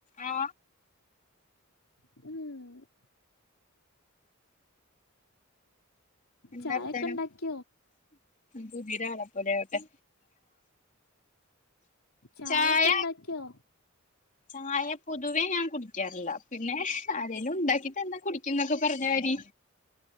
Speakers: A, on the left; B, on the left.
A: ആ
B: ഹമ്
A: എന്താ
B: ചായൊക്കെ
A: വർത്താനം.
B: ഉണ്ടാക്കിയോ
A: പുതിരാളെ പോലെ ആവട്ടെ.
B: ചായൊക്കെ
A: ചായ
B: ണ്ടാക്ക്യോ
A: ചായ പൊതുവേ ഞാൻ കുടിക്കാറില്ല. പിന്നെ ആരെലും ഉണ്ടാക്കി തന്നെ കുടി. ക്കുംന്നൊക്കെ പറഞ്ഞമരി.